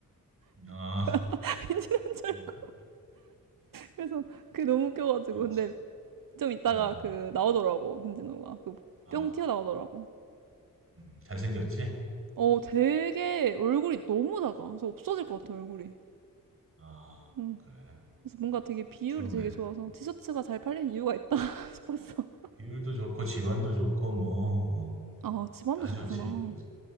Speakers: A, on the right (about 40°); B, on the right (about 75°).
A: 음. 아,
B: <laughs> 빈지노인 줄
A: 어,
B: 알고 그래서 그게 너무 웃겨가지고
A: 어,
B: 근데 좀 이따가
A: 어,
B: 그
A: 어.
B: 나오더라고 빈지노가 그
A: 아,
B: 뿅 튀어나오더라고.
A: 음, 잘생겼지?
B: 어 되게 얼굴이 너무 작아. 그래서 없어질 것 같아 얼굴이.
A: 아,
B: 음.
A: 그래.
B: 그래서 뭔가
A: 아,
B: 되게 비율이
A: 부럽네.
B: 되게 좋아서 티셔츠가 잘 팔리는 이유가 있다 <laughs> 싶었어.
A: 비율도 좋고, 지원도 좋고, 뭐, 어,
B: 아, 집안도
A: 다
B: 좋구나.
A: 좋지. 비지.